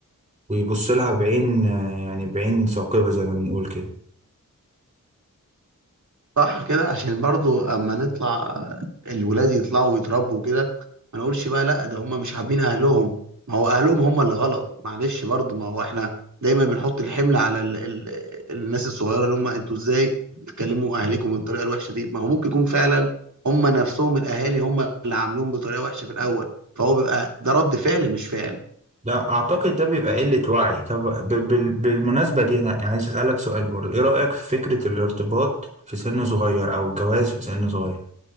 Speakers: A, on the right; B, on the right.
A: ويبص لها بعين آه، يعني بعين ثاقبة زي ما بنقول كده
B: صح كده عشان برضو اما نطلع الولاد يطلعوا ويتربوا كده ما نقولش بقى لا ده هم مش حابين اهلهم ما هو اهلهم هم اللي غلط معلش برضو ما هو احنا دايما بنحط الحمل على ال ال الناس الصغيره اللي هم انتوا ازاي بتكلموا اهاليكم بالطريقه الوحشه دي ما هو ممكن يكون فعلا هم نفسهم الاهالي هم اللي عاملين بطريقه وحشه في الاول فهو بيبقى ده رد فعل مش فعل
A: لا اعتقد ده بيبقى قلة وعي طب ب- بال- بالمناسبة دي انا عايز اسألك سؤال برضه ايه رأيك في فكرة الارتباط في سن صغير او الجواز في سن صغير